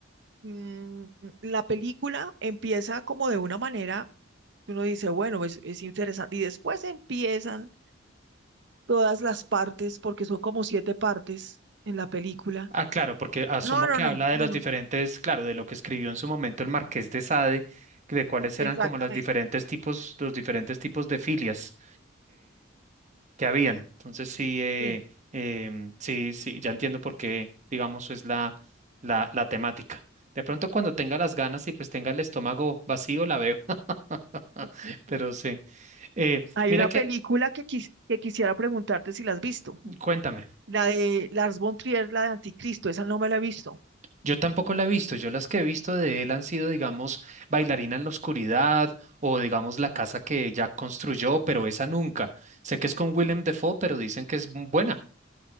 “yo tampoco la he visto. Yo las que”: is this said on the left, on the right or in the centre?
Right